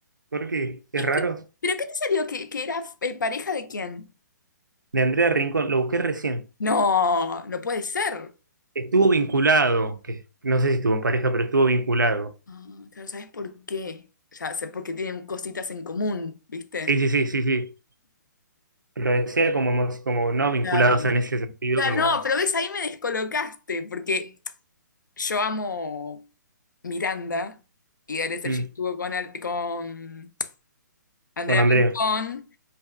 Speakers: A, on the right; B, on the left.
A: porque es
B: ¿Y
A: raro.
B: cu- ¿Pero qué te salió? ¿Que, que era eh, pareja de quién?
A: De Andrea Rincón, lo busqué recién.
B: No, no puede ser.
A: Estuvo vinculado, que no sé si estuvo en pareja, pero estuvo vinculado.
B: Ah, claro, ¿sabes por qué? Ya sé, porque tienen cositas en común, ¿viste?
A: Sí, sí, sí, sí, sí. Lo decía como, emo- como no vinculados
B: Claro.
A: en ese sentido,
B: Claro,
A: como
B: no, pero ves, ahí me descolocaste, porque Yo amo Miranda y Gale Sergi
A: mm,
B: estuvo con, Al- con Andrea
A: con Andrea.
B: Rincón